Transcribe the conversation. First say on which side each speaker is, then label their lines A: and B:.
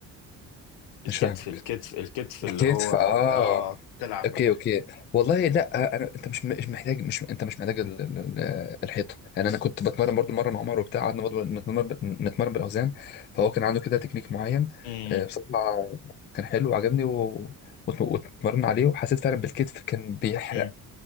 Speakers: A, on the left; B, on the left.
A: الكتف
B: مش فاهمك
A: الكتف الكتف
B: الكتف
A: اللي هو اه
B: اه
A: تلعب
B: اوكي اوكي والله لا أنا... انت مش مش محتاج مش انت مش محتاج ال... ال- الحيطه يعني انا كنت بتمرن برضو مره مع عمر وبتاع قعدنا برضو نتمرن نتمرن بالاوزان فهو كان عنده كده تكنيك معين
A: امم
B: آه، بصراحه كان حلو وعجبني و... وت- واتمرن عليه وحسيت فعلا بالكتف كان بيحرق
A: امم